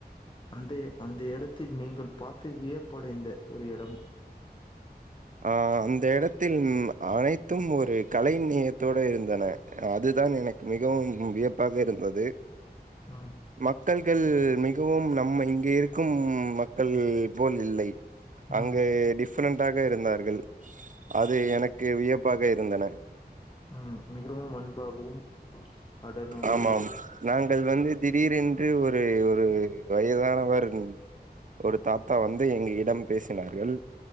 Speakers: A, on the left (about 30°); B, on the right (about 50°).
A: அந்த அந்த எடத்தில் நீங்கள் பார்த்து வியப்படைந்த ஒரு எடம்
B: ஆ அந்த இடத்தில் அனைத்தும் ஒரு கலை நியத்தோடு இருந்தன அதுதான் எனக் கு மிகவும் வியப்பாக இருந்தது
A: ம்
B: மக்கள்கள் மிகவும் நம்ம இங்கே இருக்கும் மக்கள் போல் இல்லை அங்கு
A: ம்
B: டிஃப்ரெண்ட்டாக இருந்தார்கள் அது எனக்கு வியப்பாக இருந்தன
A: ம் மிகவும் அன்பாகவும் அடனாகவும்
B: ஆமாம் நாங்கள் வந்து திடீரென்று ஒரு ஒரு வயதானவர் ஒரு தாத்தா வந்து எங்க இடம் பேசினார்கள்